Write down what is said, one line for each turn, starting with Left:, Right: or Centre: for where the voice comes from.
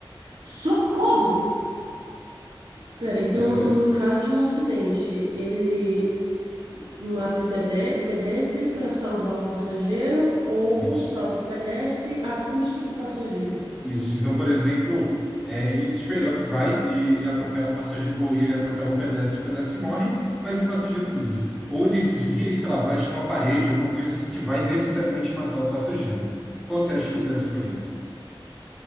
Right: Socorro! Pera, então,
Centre: É, velho.
Right: no caso de um acidente, ele mata o pedre- o pedestre para salvar o passageiro ou
Centre: Isso.
Right: salva o pedestre a custo do passageiro?
Centre: Isso. Então, por exemplo, é, ele straight up vai e, e atropela o passageiro, ou ele atropela o pedestre, o pedestre morre, mas o passageiro vive. Ou ele desvia e, sei lá, bate numa parede, alguma coisa assim que vai necessariamente matar o passageiro. Qual você acha que ele deve escolher?